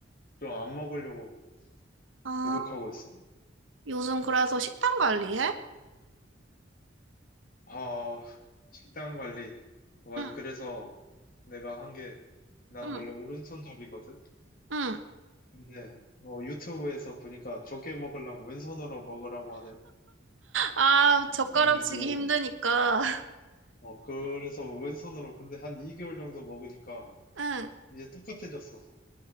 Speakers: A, on the left; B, on the right.
A: 좀 안 먹으려고
B: 아,
A: 노력하고 있어.
B: 요즘 그래서 식단 관리해?
A: 아, 식단 관리. 와,
B: 응,
A: 그래서 내가 한 게, 난
B: 응,
A: 원래 오른손잡이거든?
B: 응.
A: 근데, 어, 유튜브에서 보니까 적게 먹으려면 왼손으로 먹으라고 하대.
B: 아,
A: 어,
B: 젓가락
A: 그래가지고,
B: 치기 힘드니까. <laughs>
A: 어, 그래서 왼손으로 근데 한 2개월 정도 먹으니까
B: 응.
A: 이제 똑같아졌어.